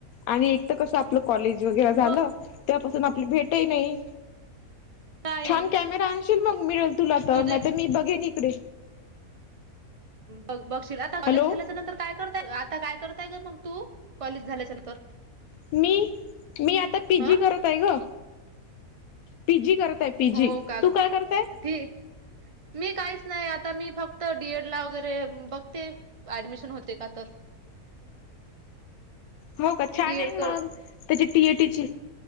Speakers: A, on the left; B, on the right.
A: आणि एक तर कसं आपलं कॉलेज वगैरे
B: मग
A: झालं. त्यापासून आपली भेटही नाही
B: काय
A: छान कॅमेरा आणशील मग मिळेल तुला तर
B: तुझे
A: नाही तर मी बघेन <unintelligible>
B: बघ बघशील आता कॉलेज
A: हॅलो
B: झाल्याच्या नंतर काय करता आता काय कर मग तू कॉलेज झाल्याच नंतर
A: मी मी आता पी
B: अ
A: जी करत आहे ग पीजी करताय, पीजी
B: हो का
A: तू काय करताय?
B: ठीक मी काहीच नाही आता मी फक्त डीएड ला वगैरे बघते ऍडमिशन होते का तर,
A: हो का छान
B: डीएड
A: आहे,
B: कर
A: मग त्याची टीएटीची